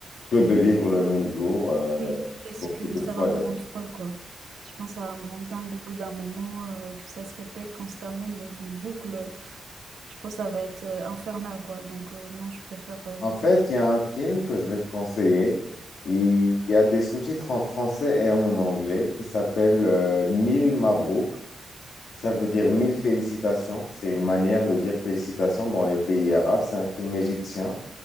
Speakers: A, on the left; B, on the right.
A: que de vivre le même jour euh,
B: Oui, parce
A: beaucoup
B: que
A: de
B: ça
A: fois
B: va me
A: d'être-
B: rendre folle, quoi. Je pense que ça va me rendre dingue au bout d'un moment, euh, que ça se répète constamment dans une boucle. Je pense que ça va être euh, infernal, quoi. Donc euh, non, je préfère euh, mourir.
A: En fait, il y a un film que je vais te conseiller. Il y a des sous-titres en français et en anglais qui s'appelle euh, Mille Mabrouk. Ça veut dire mille félicitations. C'est une manière de dire félicitations dans les pays arabes. C'est un film égyptien.